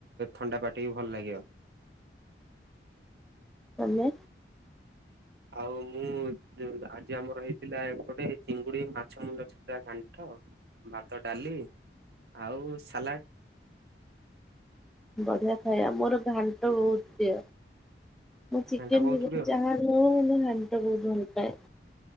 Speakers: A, on the right; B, in the centre.
A: ଥଣ୍ଡା ପାଟିକି ଭଲ୍ ଲାଗିବ।
B: ମାନେ?
A: ଆଉ, ମୁଁ ଆଜି ଆମର ହେଇଥିଲା ଏପଟେ ଚିଙ୍ଗୁଡ଼ି ମାଛ ମୁଣ୍ଡ ଛିଞ୍ଚିଡ଼ା ଘଣ୍ଟ। ଭାତ, ଡାଲି, ଆଉ ସାଲାଡ୍।
B: ବଢିଆ ଖାଇବା, ମୋର ଘାଣ୍ଟ ବହୁତ ପ୍ରିୟ। ମଁ ଚିକେନ୍
A: ଘାଣ୍ଟ ବହୁତ
B: ବିରିୟାନୀ
A: ପ୍ରିୟ
B: ଜାହା ନ ମାନେ, ଘାଣ୍ଟ ବହୁତ ଭଲ ପାଏ।